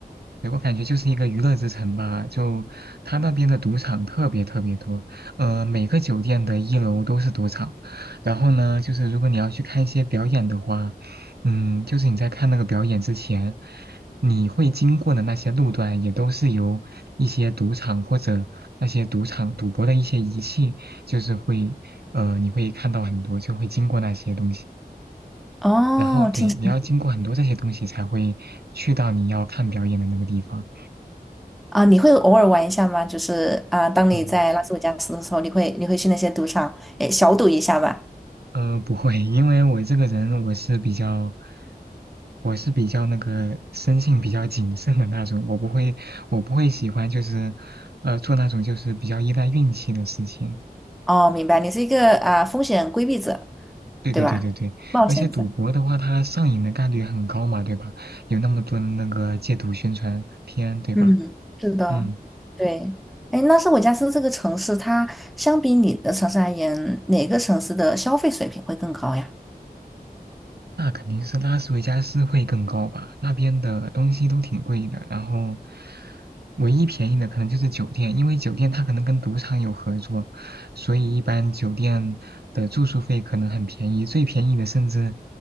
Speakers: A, on the right; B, in the centre.
A: 对我感觉就是一个娱乐之城吧，就他那边的赌场特别特别多，呃，每个酒店的一楼都是赌场，然后呢，就是如果你要去看一些表演的话，嗯，就是你在看那个表演之前，你会经过的那些路段也都是由一些赌场或者那些赌场赌博的一些仪器，就是会，呃，你会看到很多，就会经过那些东西。
B: 哦，
A: 然后对，
B: 听起来
A: 你要经过很多这些东西才会去到你要看表演的那个地方。
B: <laughs> 啊，你会偶尔玩一下吗？就是啊，当你在拉斯维加斯的时候，
A: 嗯，
B: 你会你会去那些赌场，诶，小赌一下吧。
A: 呃，不会，因为我这个人我是比较，我是比较那个生性比较谨慎的那种，我不会，我不会喜欢就是，呃，做那种就是比较依赖运气的事情。
B: 哦，明白，你是一个啊风险规避者，
A: 对对对对对，
B: 对吧？冒险者。
A: 而且赌博的话，它上瘾的概率很高嘛，对吧？有那么多的那个戒赌宣传片，对吧？
B: 嗯，是的，
A: 嗯。
B: 对。哎，拉斯维加斯这个城市，它相比你的城市而言，哪个城市的消费水平会更高呀？
A: 那肯定是拉斯维加斯会更高吧，那边的东西都挺贵的，然后唯一便宜的可能就是酒店，因为酒店它可能跟赌场有合作，所以一般酒店的住宿费可能很便宜，最便宜的甚至